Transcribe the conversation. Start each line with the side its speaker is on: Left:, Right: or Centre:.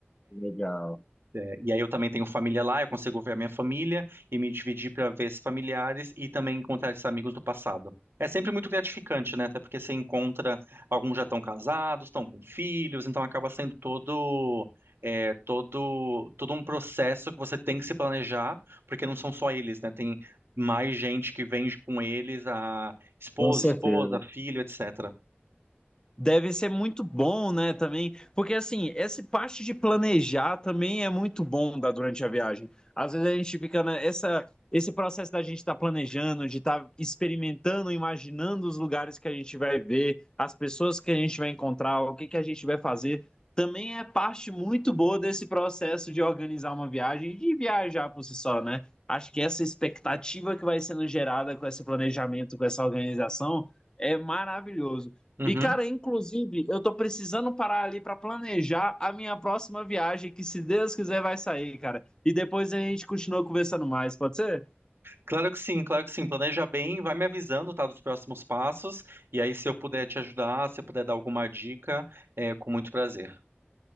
Left: legal.
Right: É, e aí eu também tenho família lá, eu consigo ver a minha família e me dividir para ver esses familiares e também encontrar esses amigos do passado. É sempre muito gratificante, né? Até porque você encontra, alguns já estão casados, estão com filhos, então acaba sendo todo, é, todo, todo um processo que você tem que se planejar, porque não são só eles, né? Tem mais gente que vem com eles, a esposa,
Left: Com certeza.
Right: esposa, filho, etc.
Left: Deve ser muito bom, né, também, porque assim, essa parte de planejar também é muito bom da, durante a viagem. Às vezes a gente fica nessa, esse processo da gente estar planejando, de estar experimentando, imaginando os lugares que a gente vai ver, as pessoas que a gente vai encontrar, o que que a gente vai fazer, também é parte muito boa desse processo de organizar uma viagem e de viajar por si só, né? Acho que essa expectativa que vai sendo gerada com esse planejamento, com essa organização, é maravilhoso.
Right: Uhum.
Left: E, cara, inclusive, eu tô precisando parar ali pra planejar a minha próxima viagem, que se Deus quiser vai sair, cara. E depois a gente continua conversando mais, pode ser?
Right: Claro que sim, claro que sim. Planeja bem, vai me avisando, tá, dos próximos passos. E aí, se eu puder te ajudar, se eu puder dar alguma dica, é com muito prazer.